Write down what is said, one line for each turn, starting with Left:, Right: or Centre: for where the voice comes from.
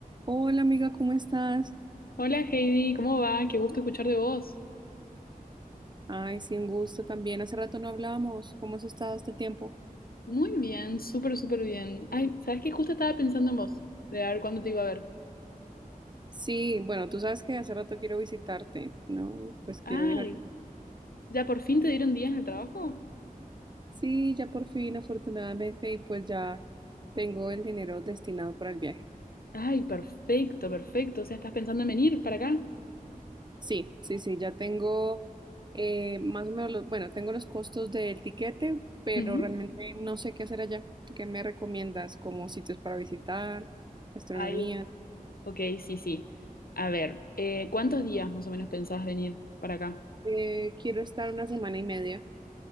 Right: Hola amiga, ¿cómo estás?
Left: Hola Heidi, ¿cómo va? Qué gusto escuchar de vos.
Right: Ay, sí, un gusto también. Hace rato no hablábamos. ¿Cómo has estado este tiempo?
Left: Muy bien, súper, súper bien. Ay, ¿sabes qué? Justo estaba pensando en vos, de a ver cuándo te iba a ver.
Right: Sí, bueno, tú sabes que hace rato quiero visitarte, ¿no? Y pues quiero
Left: Ay,
Right: ir a Argentina.
Left: ¿ya por fin te dieron días en el trabajo?
Right: Sí, ya por fin, afortunadamente, y pues ya tengo el dinero destinado para el viaje.
Left: Ay, perfecto, perfecto. O sea, ¿estás pensando en venir para acá?
Right: Sí, sí, sí, ya tengo eh, más o menos, los- bueno, tengo los costos del tiquete, pero
Left: Ujú.
Right: realmente no sé qué hacer allá. ¿Tú ¿Qué me recomiendas como sitios para visitar, gastronomía?
Left: Ay, ok, sí, sí. A ver, eh, ¿cuántos días más o menos pensás venir para acá?
Right: Eh, quiero estar una semana y media.